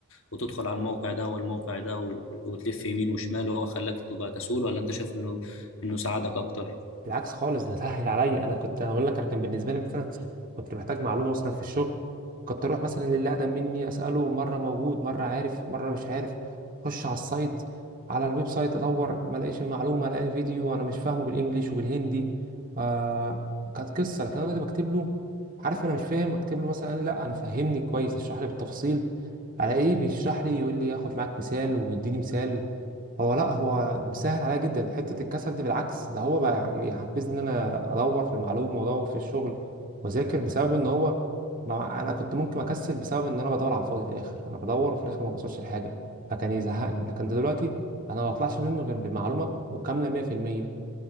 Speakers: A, on the left; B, on the right.
A: وتدخل على الموقع ده والموقع ده و... وتلف يمين وشمال وهو خلاك تبقى كسول ولا انت شايف انه انه ساعدك اكتر
B: بالعكس خالص ده سهل عليا انا كنت هقول لك انا كان بالنسبه لي مثلا كنت محتاج معلومه مثلا في الشغل كنت اروح مثلا للي اقدم مني اساله مره موجود مره عارف مره مش عارف اخش على السايت على الويب سايت ادور ما الاقيش المعلومه الاقي فيديو انا مش فاهمه بالانجليش وبالهندي آه كانت قصه لكن انا دلوقتي بكتب له عارف انا مش فاهم اكتب له مثلا لا انا فهمني كويس اشرح لي بالتفاصيل على ايه بيشرح لي يقول لي ياخد معاك مثال ويديني مثال هو لا هو بيسهل عليا جدا حته الكسل دي بالعكس ده هو بقى يعني بيحفزني ان انا ادور في المعلومه وادور في الشغل واذاكر بسبب ان هو ما انا كنت ممكن اكسل بسبب ان انا بدور على الفاضي في الاخر انا بدور وفي الاخر ما بوصلش لحاجه فكان يزهقني لكن ده دلوقتي انا ما بطلعش منه غير بالمعلومه وكامله 100%